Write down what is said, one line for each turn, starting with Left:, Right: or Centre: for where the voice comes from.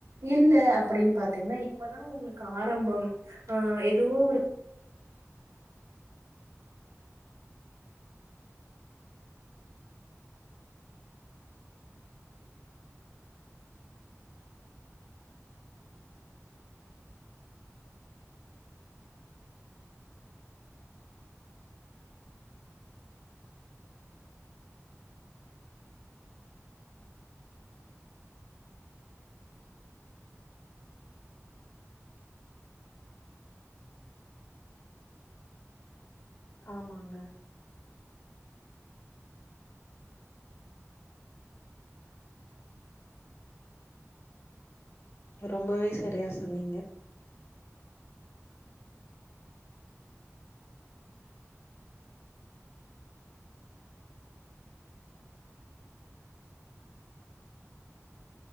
Right: இல்ல அப்படின் பாத்தீங்னா இப்பதா உங்களுக்கு ஆரம்பம் ஆ எதுவோ ஒரு
Left: ஆமாங்க ரொம்பவே சரியா சொன்னிங்க